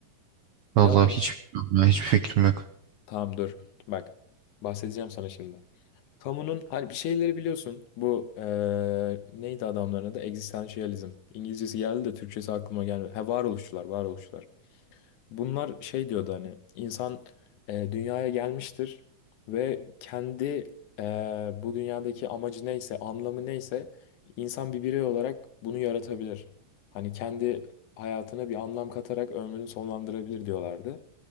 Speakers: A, on the left; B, on the right.
A: Biliyor
B: Vallahi
A: musun?
B: hiç bilmiyorum ya hiçbir fikrim yok.
A: Tamam dur. Bak bahsedeceğim sana şimdi. Kamunun hani bir şeyleri biliyorsun. Bu eee, neydi adamların adı? Existentialism. İngilizcesi geldi de Türkçesi aklıma gelmedi. Ha varoluşçular, varoluşçular. Bunlar şey diyordu hani insan eee, dünyaya gelmiştir ve kendi eee, bu dünyadaki amacı neyse, anlamı neyse insan bir birey olarak bunu yaratabilir. Hani kendi hayatına bir anlam katarak ömrünü sonlandırabilir diyorlardı.